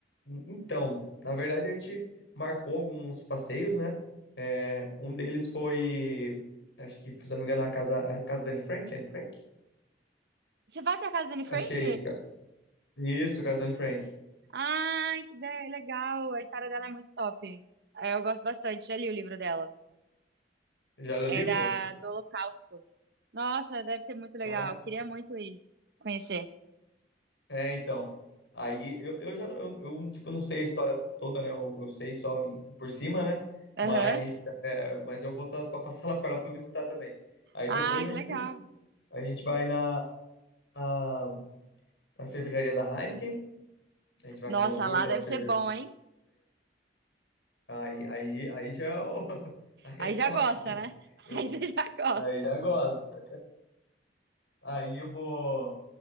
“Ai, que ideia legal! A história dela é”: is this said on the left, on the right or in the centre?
Right